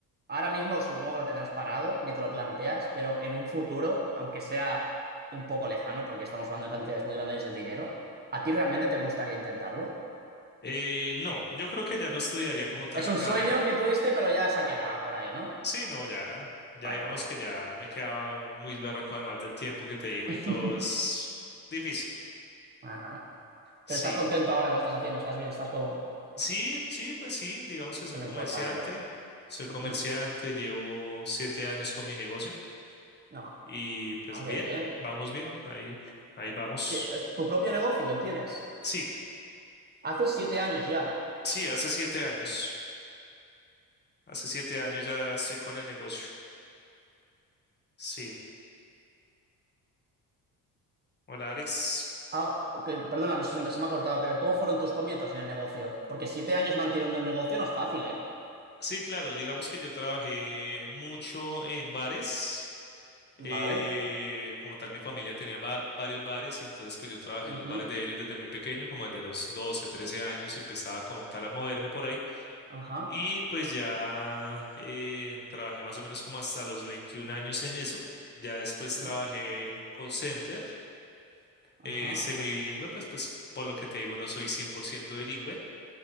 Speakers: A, on the right; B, on the left.
A: ahora mismo supongo que lo tendrás parado, ni te lo planteas, pero en un futuro, aunque sea un poco lejano, porque estamos hablando de cantidades muy grandes de dinero, ¿a ti realmente te gustaría intentarlo?
B: Eh, no, yo creo que ya no estudiaría como tal
A: Es
B: la
A: un
B: carrera.
A: sueño que tuviste, pero ya se ha quedado por ahí, ¿no?
B: Sí, no, ya, ya
A: Bueno,
B: digamos que ya me quedaba muy berraco además del tiempo que te digo
A: <laughs>
B: y todo es difícil.
A: ajá.
B: Sí,
A: Pero estás contento ahora que lo estás haciendo, estás bien, estás cómodo.
B: sí, sí, pues sí, digamos que soy
A: Es
B: comerciante,
A: lo importante.
B: soy
A: Ujú.
B: comerciante, llevo siete años con mi negocio
A: No,
B: y pues
A: ah, qué
B: bien,
A: bien.
B: vamos bien, ahí, ahí vamos.
A: Sí, es tu propio negocio tienes.
B: Sí,
A: Hace siete años ya.
B: sí, hace siete años, hace siete años ya estoy con el negocio. Sí, hola Alex.
A: Ah, que- perdona, no sé, se me se me ha cortado, creo. ¿Cómo fueron tus comienzos en el negocio? Porque siete años manteniendo el negocio no es fácil, ¿eh?
B: Sí, claro, digamos que yo trabajé mucho en bares.
A: Vale.
B: Eh, como tal, mi familia tenía va- varios bares y entonces pues yo trabajé
A: Ujú.
B: en los bares de ellos desde muy pequeño, como desde los 12 13 años empezaba como tal a moverme por ahí
A: Ajá.
B: y pues ya eh, trabajé más o menos como hasta los 21 años en eso. Ya después
A: Sí.
B: trabajé en un call center eh,
A: Ajá.
B: semibilingüe, pues pues por lo que te digo no soy 100% bilingüe.